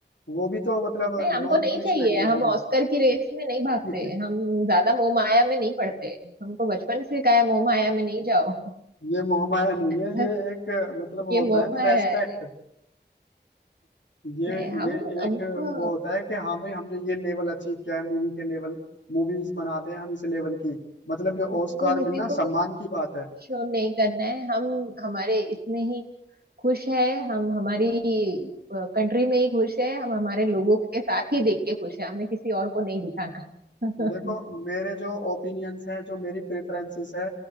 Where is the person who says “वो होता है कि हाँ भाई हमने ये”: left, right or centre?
Left